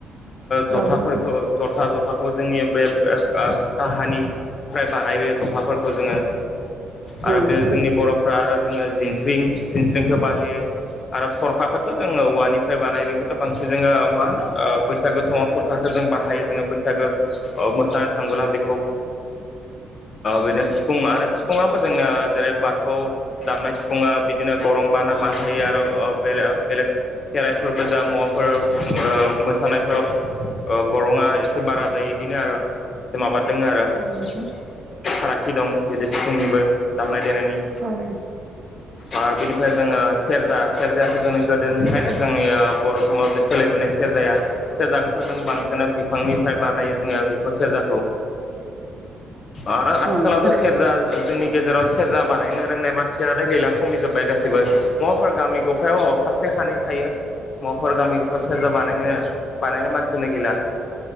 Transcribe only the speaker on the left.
जथाफोरखौ
जथा जथाखौ जोंनि बे काहानिफ्राय बानायो जफाफोरखौ जोङो। आरो
बे जोंनि बर'फ्रा आरो जोङो जिनस्रिं जिनस्रिंखौ बाहायो आरो थरखाखौ थ जोङो औ ववानिफ्राय बानाय बेखौथ बांसिन जोङो मा होनो? बैसागो समाव सरखारखौ जों बाहायो जोङो बैसागो मोसानो थाङोबोला बे। खौ बिदिनो
सिफुं आरो सिफुाबो जोंना जेरै बाथौ दामनाय सिफुङा बि बिदिनो गरं बाना मा थायो आरो बेले बेलेग खेराइफोरबो जा मुवाफोर मोसानायफोराव गरंङा एसे बारा जायो बिदिनो आरो एसे माबा। फारागथि
दं बिदि सि फुंनिबो दामनाय। देनायनि
आरो बिनिफ्राय जोङो सेरजा सेरजायाथ जोंनि गोदोनिफ्रायनो जोंनि बर' समाव बे सोलायबोनाय सेरजा। सेरजाया सेरजाखौथ जों बांसिनानो बिफांनिफ्राय बानायो जोङो बेखौ सेरजाखौ। आरो आथिखालावथ
सेरजा जोंनि गेजेराव सेरजा बानायनो रोंनाय मानसियालाय गैला खमिजोब्बाय गासैबो माबाफोर गामि गफायाव सासे। सानै थायो मुवाफोर गामिफ सेरजा बानायनो बानायनाय मानसियानो गैला।